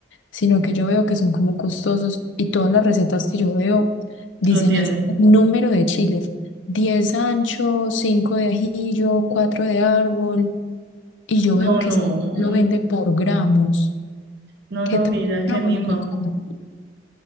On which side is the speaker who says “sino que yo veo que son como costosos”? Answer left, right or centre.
Left